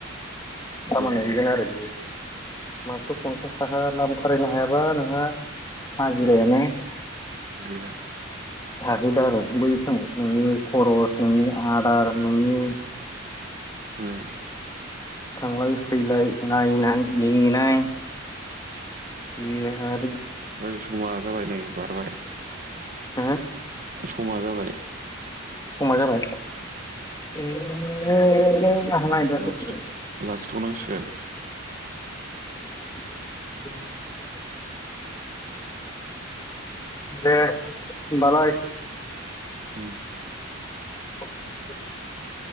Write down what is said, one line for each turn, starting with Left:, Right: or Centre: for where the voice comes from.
Left: खामानि
Right: जाहैयो
Left: हैगोन आरो बियो। मासेआव पन्सास थाखा लाब ओंखारहैनो हायाबा नोंहा हाजिरायानो
Right: गैला
Left: थाहैला आरो बै समाव नोंनि खरस नोंनि आदार नोंनि
Right: हम
Left: थांलाय फैलाय नायनाय नेनाय बे आ
Right: ओइ समा जाबाय नै बारबाय
Left: हो
Right: समा जाबाय
Left: समा जाबाय ए <unintelligible> नायथ'वाखै
Right: लाखिथ लखिथ नांसिगोन
Left: <inaudible> दे होनबालाय
Right: उम
Left: <inaudible>